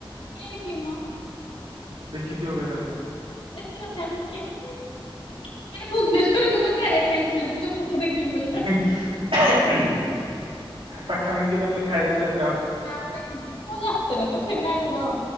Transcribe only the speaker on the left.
<unintelligible> ଦେଖିବି ମ
ଇଏ କି କଥା ମୁଁ କେମିତି ଦେଖି ମାନେ ଭୁବନେଶ୍ୱରରେ ମୁଁ ଚାରିଆଡ଼େ ଖାଲି ବୁଲୁଚି ଲୋକଙ୍କୁ ଦେଖିବି ବୋଲି।
ନା ମୁଁ ଦେଖିନି ମୋ ରକ୍ତରେ ନା ଛେନା ଗୁଡ।